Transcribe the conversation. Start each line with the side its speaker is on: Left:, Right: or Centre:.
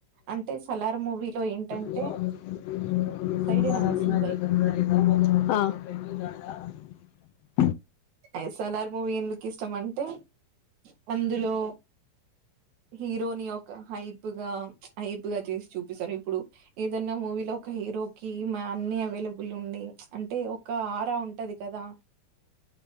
Right: అంటే సలార్ మూవీలో ఏంటంటే
Left: <inaudible>
Right: సైడే నానేసింది
Left: ఆ
Right: బై
Left: <inaudible>
Right: ఎస్ఎల్ఆర్ మూవీ లుక్ ఇష్టం అంటే అందులో హీరోని యొక్క హైప్గా హైప్గా చేసి చూపిస్తారు ఇప్పుడు ఏదన్నా మూవీలో ఒక హీరో క అన్ని అవైలబుల్ ఉండి అంటే ఒక ఆరా ఉంటది కదా